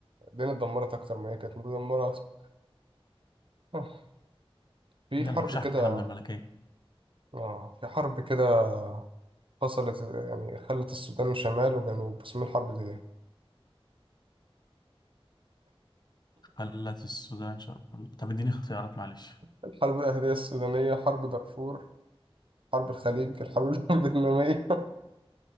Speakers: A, on the right; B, on the left.
A: الدنيا اتدمرت أكتر ما هي كانت مدمرة أصلا آه، في
B: يلا
A: حرب
B: في شحنة
A: كده
B: من الملكية
A: اه في حرب كده حصلت يعني خلت السودان شمال وجنوب اسمها الحرب دي <laughs> إيه؟
B: خلت السودان شر... طب اديني اختيارات معلش
A: الحرب الأهلية السودانية حرب دارفور حرب الخليج الحرب <laughs> الفيتنامية